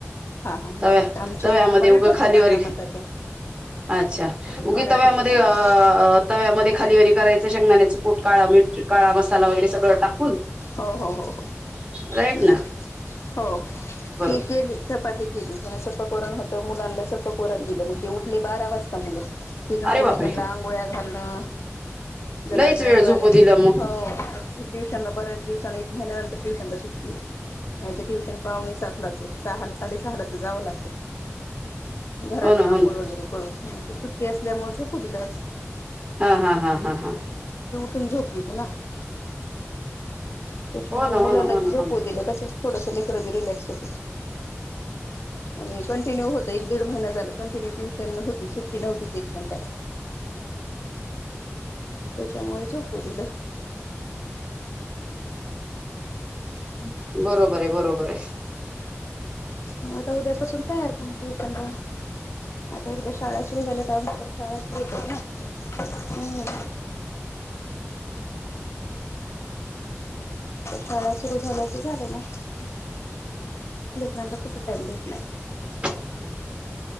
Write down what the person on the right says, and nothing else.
तव्या
तव्यामध्ये
उगं खालीवर.
अच्छा
उगी तव्यामध्ये
अ अं
तव्यामध्ये खालीवररी करायच शेंगण्याच. पट काळा मीठ काळा मसाला वगैरे सगळं टाकून.
राईट ना
बरोबर
अरे
बापरे
लईच
वेळ
झोपू
दिला मग
हो ना हो
ना
हा हा हा हा हा.
हो ना हो
ना हो
ना हो ना
<unintelligible> बरोबर आहे बरोबर आहे.
<inaudible>